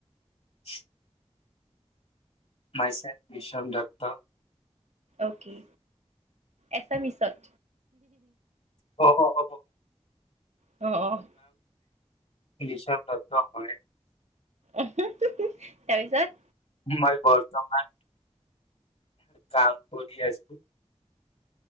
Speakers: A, on the left (about 65°); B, on the right (about 80°).
A: <unintelligible> মাইচেল বিশ্বৱ দত্ত।
B: অকে এছামিচত
A: অ, অ
B: অ, অ
A: বিশ্বৱ দত্ত হয়।
B: আহ তাৰ পিছত
A: মই বৰ্তমান কাম কৰি আছো।